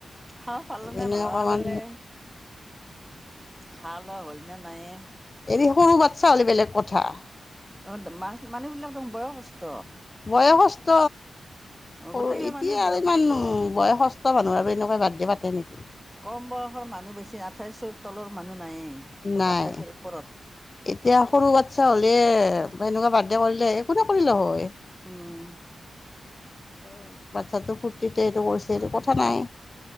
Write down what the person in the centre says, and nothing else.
খাওঁ পালনে
নহয়
তেলে? খাল হল নাইয়ে
অ মাছ মানুহবিলাকতো বয়সস্থ।
গোটেইগিলা
মানুহ বয়সস্থ
কম বয়সৰ মানুহ বেছি আঠাইছৰ তলৰ মানুহ নায়েই চব
আঠাইছৰ ওপৰত।
উম।
তাকেতো